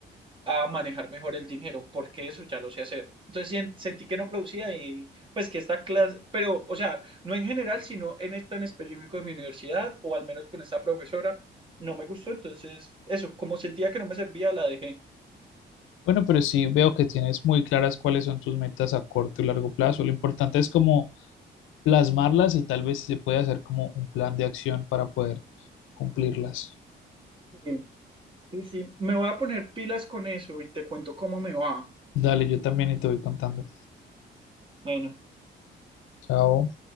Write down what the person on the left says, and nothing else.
Bueno, pero sí veo que tienes muy claras cuáles son tus metas a corto y largo plazo. Lo importante es como plasmarlas y tal vez si se puede hacer como un plan de acción para poder cumplirlas.
Dale, yo también y te voy contando.
Chao.